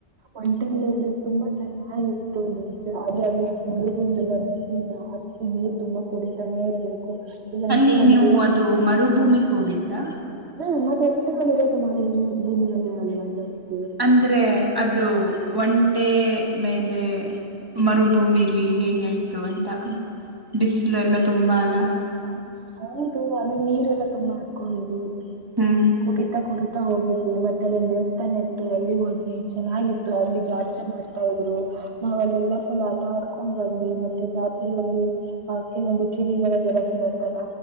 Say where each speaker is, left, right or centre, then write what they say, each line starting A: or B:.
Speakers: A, on the right (about 65°); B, on the right (about 20°).
A: ಒಂಟಿಗಳಳೋದ್ರೆ ತುಂಬಾ ಚೆನ್ನಾಗಿತ್ತು ನಿಮಜ ಆದ್ರೆ ಮರುಗುಂಡ ಅ ಜಾಸ್ತಿ ನೀವು ತುಂಬಾ ಕುಡಿತಾನೆ ಇರ್ಬೇಕು ಇಲ್ಲಾಂದ್ರೆ
B: ಅಲ್ಲಿ
A: ನಮ್ಗೆ
B: ನೀವು ಅದು ಮರುಭೂಮಿಿಗೆ ಹೋಗಿದ್ರಾ
A: ಹ್ಮ್ ಮತ್ತೆ ಒಂಟೆಗಳು ಇರೋದು ಮ ಭೂಮಿಯಲ್ಲಿೇ ಆಲ್ವಾ ಜಾಸ್ತಿ
B: ಅಂದರೆ ಅದು ಒಂಟೆ ಮೇಲೆ ಮರುಭೂಮಿಲಿ ಹೇಗ ಆಯ್ತು ಅಂತ ಬಿಸಿಲು ಎಲ್ಲ ತುಂಬಾ ಅಲ್ಲ
A: ಹ ಹೌದು ಅಲ್ಲಿ ನೀರೆಲ್ಲಾ ತುಂಬಾ ಇರ್ಕೊಂಡ್ಿ
B: ಹ್ಮ್
A: ಕು ತ್ತ ಕುಡಿತಾ ಹೋಗಿದ್ವಿ ಮತ್ತೆ ಅಲ್ಲಿ ಒಂದ ದೇವಸ್ಥಾನ ಇತ್ತು ಅಲ್ಲಿ ಹೋಗಿ ಚೆನ್ನಾಗಿತ್ತು ಅಲ್ಲಿ ಜಾತ್ರೆ ಮಾಡವಿ ಆತಾ ಇದ್ರು ನಾವ್ ಅಲ್ಲೆಲ್ಲಾ ಫುಲ್ ಆಟ ಆಡ್ಕೊಂಡ್ ಬನ್ನಿ ಮತ್ತೆ ಜಾತ್ರೆಗಳಲ್ಲಿ ಆ ಕೆಲೊಂದು ಕಿವಿ ಗದೆಲ್ಲ ಸಿಗತ್ತಲ್ಲ